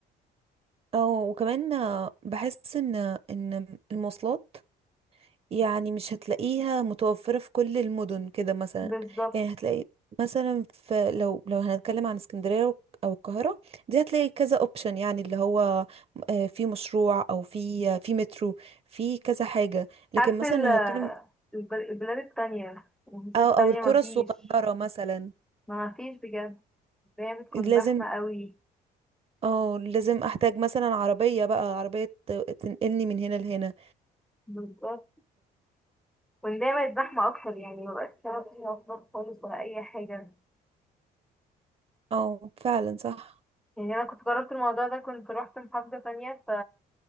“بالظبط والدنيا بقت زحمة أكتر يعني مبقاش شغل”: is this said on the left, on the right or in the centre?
Centre